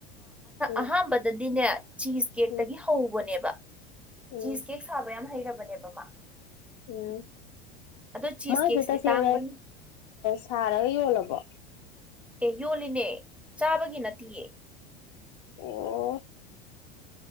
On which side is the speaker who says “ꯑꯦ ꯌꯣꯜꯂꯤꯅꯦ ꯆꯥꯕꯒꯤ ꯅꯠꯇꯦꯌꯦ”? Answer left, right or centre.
Centre